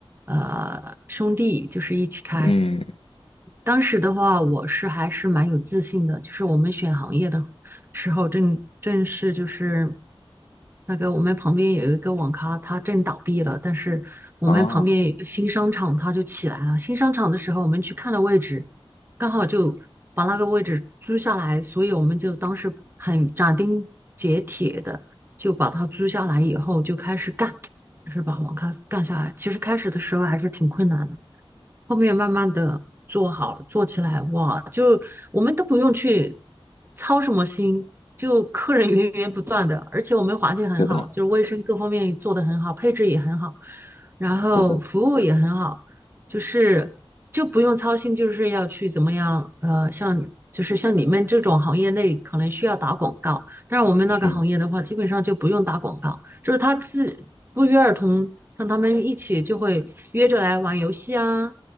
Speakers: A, on the right (about 25°); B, on the left (about 80°).
A: 呃兄弟，就是一起开。
B: 嗯，
A: 当时的话，我是还是蛮有自信的，就是我们选行业的时候正，正是就是那个我们旁边有一个网咖，它正倒闭了，但是我们旁边有一个新商场，
B: 哦，
A: 它就起来了。新商场的时候，我们去看了位置，刚好就把那个位置租下来，所以我们就当时很斩钉截铁的就把它租下来以后就开始干。就是把网咖干下来。其实开始的时候还是挺困难的，后面慢慢的做好了，做起来哇，就我们都不用去操什么心，就客人源源不断的，而且我们环境很好，
B: 是的，
A: 就是卫生各方面做得很好，配置也很好，然后服务也很好，
B: 是的，
A: 就是就不用操心，就是要去怎么样，呃，像。就是像你们这种行业内可能需要打广告，但是我们那个行业的话，
B: 嗯，
A: 基本上就不用打广告，就是他自不约而同让他们一起就会约着来玩游戏啊，